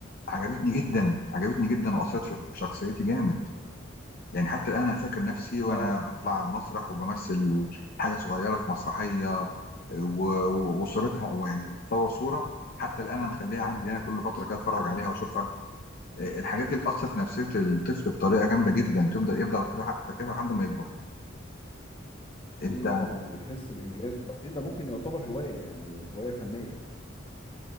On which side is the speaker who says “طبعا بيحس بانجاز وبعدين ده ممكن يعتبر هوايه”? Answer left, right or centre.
Left